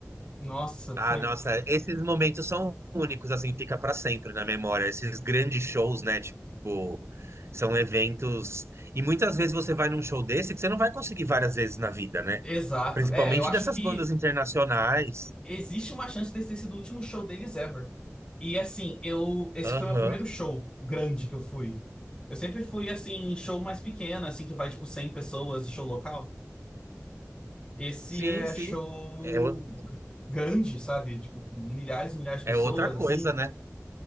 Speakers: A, on the left; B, on the right.
A: Nossa,
B: Ah,
A: foi.
B: nossa, esses momentos são únicos, assim, fica para sempre na memória. Esses grandes shows, né? Tipo, são eventos. E muitas vezes você vai num show desse que você não vai conseguir várias vezes na vida, né?
A: Exato.
B: Principalmente
A: É, eu acho
B: dessas
A: que
B: bandas internacionais.
A: existe uma chance desse ter sido o último show deles ever. E assim, eu. Esse
B: Aham.
A: foi o meu primeiro show grande que eu fui. Eu sempre fui, assim, em show mais pequeno, assim, que vai, tipo, 100 pessoas, show local. Esse
B: Sim,
A: é
B: sim.
A: show
B: É, o-
A: g- grande, sabe? Tipo, com milhares e milhares de
B: é
A: pessoas,
B: outra coisa,
A: assim.
B: né?